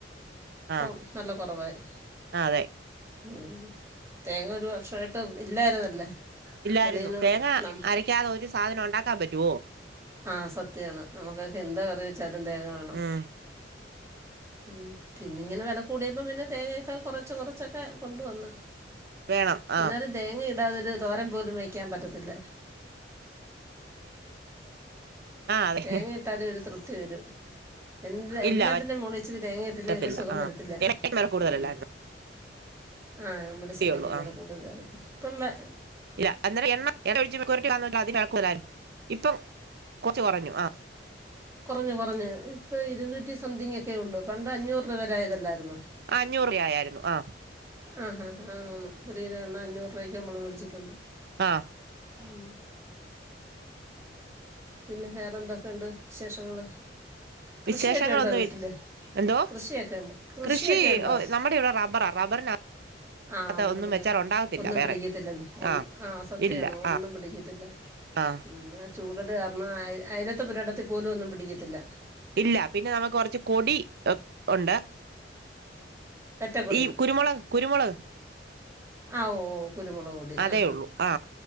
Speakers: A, on the right; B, on the right.
A: ഇപ്പം
B: ആ
A: നല്ല കുറവായി
B: ആ അതെ
A: ഉം തേങ്ങ ഒരു വർഷമായിട്ട് ഇല്ലായിരുന്നല്ലേ
B: ഇല്ലായിരുന്നു
A: വെളീന്ന്
B: തേങ്ങ
A: നം
B: അരക്കാതെ ഒരു സാധനം ഉണ്ടാക്കാൻ പറ്റുവോ
A: ആ സത്യാണ് നമുക്കൊക്കെ എന്തോ കറി ചാലും തേങ്ങ വേണം
B: ഉം
A: ഉ പിന്നെ ഇങ്ങനെ വില കൂടിയപ്പോ പിന്നെ തേങ്ങൊക്കെ കൊറച്ച് കൊറച്ചൊക്കെ കൊണ്ട വന്ന്
B: വേണം ആഹ്
A: എന്നാലും തേങ്ങ അല്ലാതൊരു തോരൻ പോലും വഴക്കാൻ പറ്റത്തില്ല
B: ആഹ് അതെ
A: തേങ്ങ ഇട്ടാലെ ഒരു തൃപ് തിവരൂ എ എല്ലാത്തിന്റെയും
B: ഇല്ല
A: മോള ഇച്ചിരി തേങ്ങ ഇട്ടില്ലേ
B: പറ്റത്തില്ല
A: ഒരു സുഖം
B: ആഹ്
A: വരത്തില്ല
B: എണ്ണക്കും വെല കൂടുതലല്ലായിരുന്നോ
A: ഉ ആ വിളിച്ചണ്ണക്കും
B: ത്തിയുള്ളൂ
A: വില
B: ആ
A: കൂടുതലാണ് മുൻപേ
B: ഇല്ല അന്നേരം എണ്ണ ഒയിച്ച് മെറികുറിട്ടി കാരണം അത്യം വിലകുടുതൽ ആയിരുന്നു ഇപ്പം കൊറച്ചു കുറഞ്ഞു ആ
A: കുറഞ്ഞു കുറഞ് ഇപ്പൊ ഇരുന്നൂറ്റി സ്‌ സംതിങ് ഒക്കെയള്ളൂ പണ്ട് അഞ്ഞൂ രൂപ യതല്ലായിരുന്നു
B: ആ അഞ്ഞൂറിൽ ആയായിരുന്നു ആ
A: ആഹാ ആ ഒരു കിലോ എണ്ണ അഞ്ഞൂറ് രൂപയ്ക്ക് നമ്മള് മേടിച്ചിട്ടുണ്ട്
B: ആ
A: ഉം പിന്നെ വേറെ എന്തൊക്കെയുണ്ട് വിശേഷങ്ങള് കൃഷിയൊക്കെ
B: വിശേഷങ്ങളൊന്നും
A: ഉണ്ടോ വീട്ടില്
B: ഇ എന്തോ
A: കൃഷിയൊക്കെണ്ട് കൃഷിയൊക്കെണ്ടോ
B: കൃഷി ഓ നമ്മുടെ ഇവിടെ റബ്ബറാ റബ്ബറിനകത്ത്
A: ആ അതുണ്ട്
B: ഒന്നും
A: പിന്നെ
B: വെച്ചാൽ ഉണ്ടാകത്തില്ല
A: ഒന്നും
B: വേറെ
A: പിടിക്കത്തില്ലല്ല
B: ആ
A: ആഹ സത്യണോ
B: ഇല്ല
A: ഒന്നും
B: ആ
A: പിടിക്കത്തില്ല
B: ആ
A: ഉ ചു അത് കാരണം ആയി ആയിരം പുരേഡത്തിൽ പോലും ഒന്നും പിടിക്കത്തില്ല
B: ഇല്ല പിന്നെ നമുക്ക് കുറച്ച് കൊടി ഒ ഉണ്ട്
A: പെറ്റക്കൊടി
B: ഈ കുരുമുളക് കുരുമുളക്
A: കുരുമുളക് ആ ഓ കുരുമുളക് പൊടി
B: അതേ
A: ആ
B: ഉള്ളൂ ആ